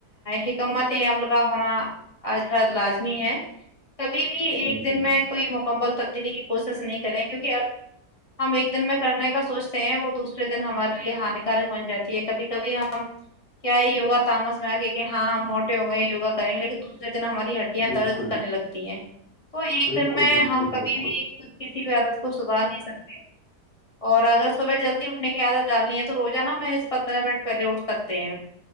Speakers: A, on the left; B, in the centre.
A: حکمت عمل کا ہونا آج ہر لازمی ہے کبھی بھی ایک
B: جی
A: دن
B: جی
A: میں کوئی مکمل تبدیلی کی کوشش نہیں کریں کیونکہ ہم ایک دن میں کرنے کا سوچتے ہیں وہ دوسرے دن ہمارے لیے ہانیکارک بن جاتی ہے کبھی کبھی ہم کیا یہیوا تامس میں آگ کہ ہاں ہم موٹے ہو گئےیوگ کریں گے لیکن دوسے دن ہمارے ہڈیاں
B: بالکل
A: درد کرنے لگتی ہیں تو ایک
B: بالکل
A: دن میں
B: بالکل
A: ہم کبھی
B: بالکل
A: بھی کچھ کسی بھی عادت کو سکھھا نہیں سکتے اور اگر صبح جلدی اٹھ کی عادت ڈالنی ہے تو روزان نا محض پندرہ منٹ پہلے اٹھ سکتے ہیں